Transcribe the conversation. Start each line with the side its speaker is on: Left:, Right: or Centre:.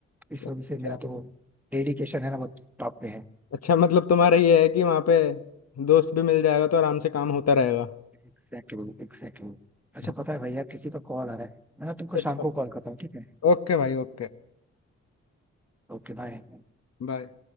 Centre: इस
Left: अच्छा
Centre: वजह से मेरा तो डेडिकेशन है ना वो टॉप पे है
Left: अच्छा मतलब तुम्हारा ये है कि वहाँ पे दोस्त भी मिल जाएगा तो आराम से काम होता रहेगा
Centre: Exactly exactly अच्छा
Left: अच्छा
Centre: पता है भैया किसी का कॉल आ रहा है मैं ना तुमको
Left: अच्छा
Centre: शाम को कॉल करता हूँ ठीक है
Left: ओके भाई ओके
Centre: Okay bye
Left: बाय